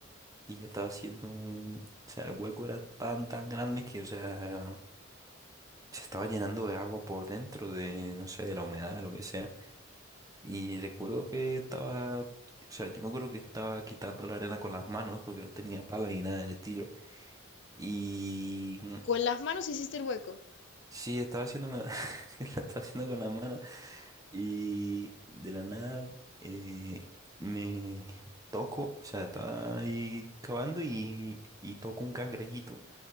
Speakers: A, on the right; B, on the left.
A: Y estaba haciendo un... O sea, el hueco era tan, tan grande que, o sea, se estaba llenando de agua por dentro, de, no sé, de la humedad, de lo que sea. Y recuerdo que estaba... O sea, yo me acuerdo que estaba quitando la arena con las manos porque no tenía pala ni nada de estilo. Y...
B: Con las manos hiciste el hueco.
A: Sí, estaba haciendo la, <laughs> la estaba haciendo con la mano y de la nada eh, me toco, o sea, estaba ahí cavando y, y toco un cangrejito